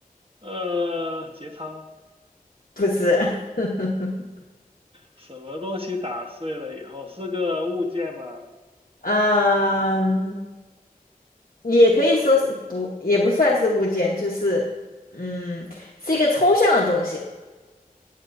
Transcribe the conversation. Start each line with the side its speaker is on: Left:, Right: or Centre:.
Right: 呃，节操，
Left: 不是？<laughs>
Right: 什么东西打碎了以后是个物件吗？
Left: 嗯，也可以说是不，也不算是物件，就是嗯，是一个抽象的东西。